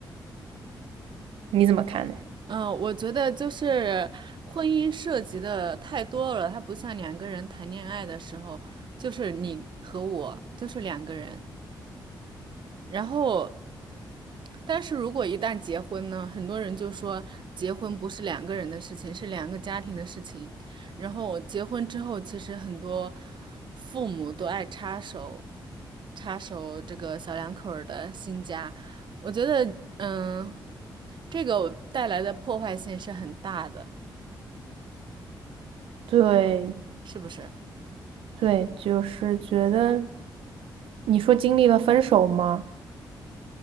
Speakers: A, on the right; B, on the right.
A: 你怎么看呢？
B: 嗯，我觉得就是婚姻涉及的太多了，它不像两个人谈恋爱的时候，就是你和我，就是两个人。然后，但是如果一旦结婚呢，很多人就说结婚不是两个人的事情，是两个家庭的事情。然后结婚之后，其实很多父母都爱插手，插手这个小两口儿的新家。我觉得，嗯，这个带来的破坏性是很大的，
A: 对
B: 是不是？
A: 对，就是觉得你说经历了分手吗？